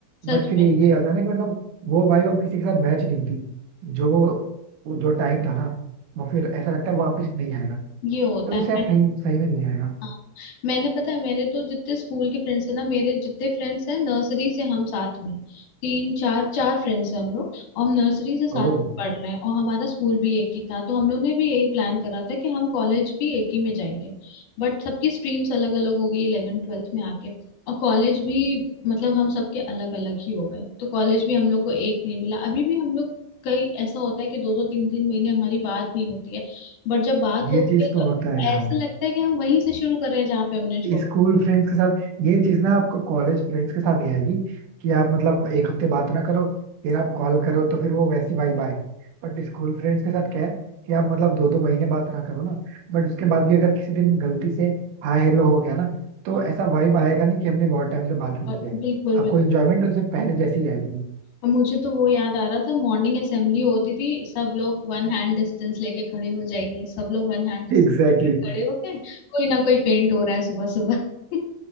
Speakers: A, on the left; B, on the right.
A: सच
B: बट फिर
A: में
B: ये ये होता है ना कि मतलब वो वाइब अब किसी के साथ मैच नहीं होती जो वो जो टाइम था ना वो फिर ऐसा लगता है वापिस नहीं आएगा
A: ये होता
B: क्योंकि
A: है
B: शायद
A: मैंने
B: सही सही में नहीं आएगा
A: हाँ, मैंने पता है मेरे तो जितने स्कूल के फ्रेंड्स हैं ना मेरे जितने फ्रेंड्स हैं नर्सरी से हम साथ में तीन चार चार फ्रेंड्स हैं हम लोग और हम नर्सरी से साथ
B: ओह
A: में पढ़ रहे हैं और हमारा स्कूल भी एक ही था तो हम लोग ने भी यही प्लान करा था कि हम कॉलेज भी एक ही में जाएंगे बट सबकी स्ट्रीम्स अलग अलग हो गई इलेवेंथ ट्वेल्थ में आके और कॉलेज भी मतलब हम सबके अलग अलग ही हो गए तो कॉलेज भी हम लोग को एक नहीं मिला अभी भी हम लोग कई ऐसा होता है कि दो दो तीन तीन महीने हमारी बात नहीं होती है बट जब बात
B: ये
A: होती
B: चीज
A: है
B: तो
A: तो
B: होता है यार
A: ऐसे लगता है कि हम वहीं से शुरू कर रहे हैं जहाँ पे हमने छोड़ा
B: स्कूल फ्रेंड्स के साथ ये चीज ना आपको कॉलेज फ्रेंड्स के साथ नहीं आएगी कि आप मतलब एक हफ्ते बात ना करो फिर आप कॉल करो तो फिर वो वैसी वाइब आए बट स्कूल फ्रेंड्स के साथ क्या है कि आप मतलब दो दो महीने बात ना करो ना बट उसके बाद भी अगर किसी दिन गलती से हाय हेलो हो गया ना तो ऐसा वाइब आएगा नहीं कि हमने बहुत टाइम से बात नहीं
A: और
B: की है
A: बिल्कुल
B: आपको
A: बिल्कुल
B: इंजॉयमेंट उससे पहले जैसी ही आएगी
A: अब मुझे तो वो याद आ रहा था मॉर्निंग असेंबली होती थी सब लोग वन हैंड डिस्टेंस लेके खड़े हो जाइए सब लोग वन हैंड डिस्टेंस
B: एग्जैक्टली
A: लेके खड़े हो गए कोई ना कोई फेंट हो रहा है सुबह सुबह <laughs>